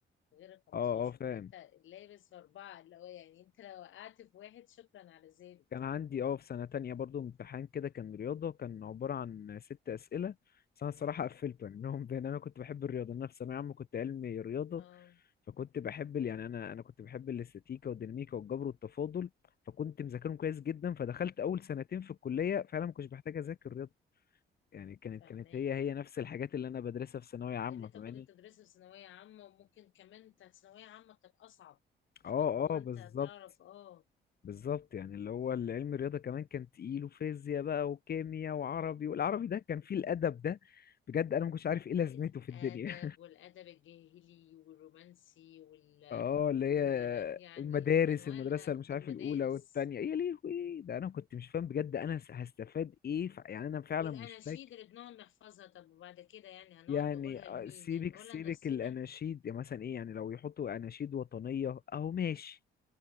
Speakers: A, on the left; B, on the left.
A: غير ال 15
B: اه اه فاهم
A: فانت لابس في اربعه اللي هو يعني انت لو وقعت في واحد شكرا على ذلك
B: كان عندي اه في سنه تانية برضو امتحان كده كان رياضه كان عباره عن ست اسئله بس انا الصراحه قفلته يعني <laughs> منهم بان انا كنت بحب الرياضه انا في ثانويه عامه كنت علمي رياضه
A: اه
B: فكنت بحب ال- يعني انا انا كنت بحب الاستاتيكا والديناميكا والجبر والتفاضل فكنت مذاكرهم كويس جدا فدخلت اول سنتين في الكليه فعلا ما كنتش بحتاج اذاكر رياضه يعني كانت
A: فاهماك
B: كانت هي هي نفس الحاجات اللي انا بدرسها في ثانويه عامه
A: اللي انت
B: فاهماني
A: كنت بتدرسه في ثانويه عامه وممكن كمان انت ثانويه عامه كانت اصعب فاللي
B: اه
A: هو
B: اه
A: انت
B: بالظبط
A: تعرف اه
B: بالظبط يعني اللي هو العلم الرياضة كمان كان تقيل وفيزياء بقى وكيمياء وعربي والعربي ده كان فيه الأدب ده بجد أنا ما كنتش عارف إيه لازمته
A: الادب
B: في الدنيا
A: والادب الجاهلي والرومانسي وال
B: <laughs> اه اللي
A: وال
B: هي
A: يعني
B: المدارس
A: انواع
B: المدرسة
A: اله-
B: اللي مش
A: المدارس
B: عارف الأولى والتانية يا لهوي ده أنا كنت مش فاهم بجد أنا هستفاد إيه ف- يعني أنا فعلا
A: والاناشيد
B: مش فاكر
A: اللي بنقعد نحفظها طب وبعد كده يعني هنقعد
B: يعني
A: نقولها
B: آه،
A: لمين
B: سيبك
A: يعني نقولها
B: سيبك
A: لنفسينا
B: الأناشيد يعني مثلا إيه يعني لو يحطوا أناشيد وطنية أهو ماشي